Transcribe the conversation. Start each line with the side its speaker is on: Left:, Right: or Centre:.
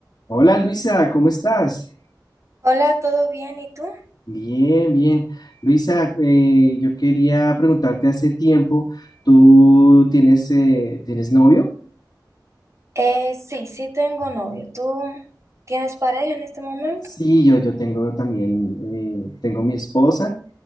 Left: Hola Luisa, ¿cómo estás?
Right: Hola, ¿todo bien? ¿Y tú?
Left: Bien, bien. Luisa, eh, yo quería preguntarte hace tiempo, ¿tú tienes, eh, ¿tienes novio?
Right: Eh, sí, sí tengo novio. ¿Tú tienes pareja en este momento?
Left: Sí, yo, yo tengo también, eh, tengo mi esposa